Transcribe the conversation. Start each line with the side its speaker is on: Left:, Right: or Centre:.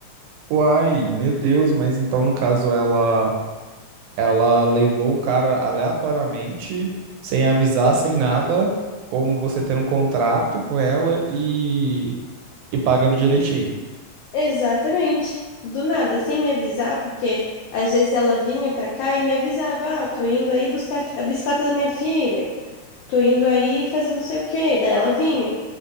Right: Uai, meu Deus, mas então no caso ela ela levou o cara aleatoriamente, sem avisar, sem nada, com você tendo um contrato com ela e e pagando direitinho.
Left: Exatamente. Do nada, sem me avisar, porque às vezes ela vinha pra cá e me avisava: ah, tô indo aí buscar a fi- a bicicleta da minha filha, tô indo aí fazer não sei o quê. Daí ela vinha,